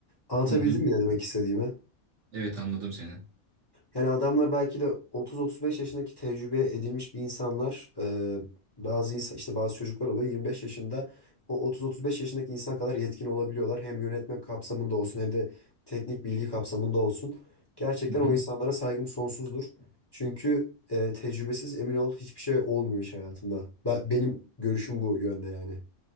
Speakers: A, on the left (about 20°); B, on the right (about 60°).
A: anlatabildim
B: Hı hı.
A: mi ne demek istediğimi?
B: Evet anladım seni.
A: Yani adamlar belki de 30-35 yaşındaki tecrübe edilmiş bir insanlar. e, bazı insan, işte bazı çocuklar oluyor 25 yaşında o 30-35 yaşındaki insan kadar yetkin olabiliyorlar. Hem yönetme kapsamında olsun hem de teknik bilgi kapsamında olsun. Gerçekten
B: Hı hı.
A: o insanlara saygım sonsuzdur. Çünkü e, tecrübesiz emin ol hiçbir şey olmuyor iş hayatında. Ben, benim görüşüm bu yönde yani.